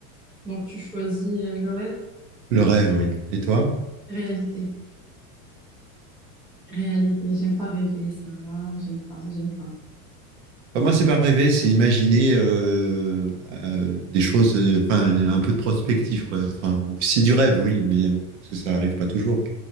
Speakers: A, in the centre; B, on the right.
A: Donc tu choisis euh, le rêve.
B: Le rêve, oui. Et toi?
A: Réalité, réalité. J'aime pas rêver, ça. J'aime pas, j'aime pas.
B: Enfin, moi, c'est pas rêver, c'est imaginer euh, euh, des choses, euh, enfin, un peu de prospective, quoi. Enfin, c'est du rêve, oui, mais euh, parce que ça arrive pas toujours.